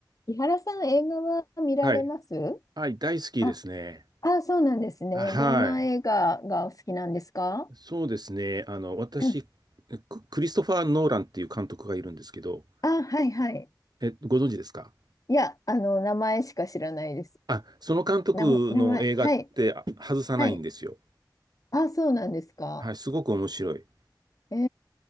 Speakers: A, on the left; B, on the right.
A: 伊原さん、映画は見られます
B: はい。はい、大好きですね。
A: あ、あ、そうなんですね。
B: あはい。
A: どんな映画がお好きなんですか
B: そうですね。あの、私、
A: <clears throat>
B: ククリストファー・ノーランっていう監督がいるんですけど、
A: あ、はいはい。
B: え、ご存知ですか
A: いや、あの、名前しか知らないです。
B: あ、その監督の映画ってあ外さないんですよ。
A: な、名前、はい、はい。あ、そうなんですか。
B: はい、すごく面白い。
A: えー、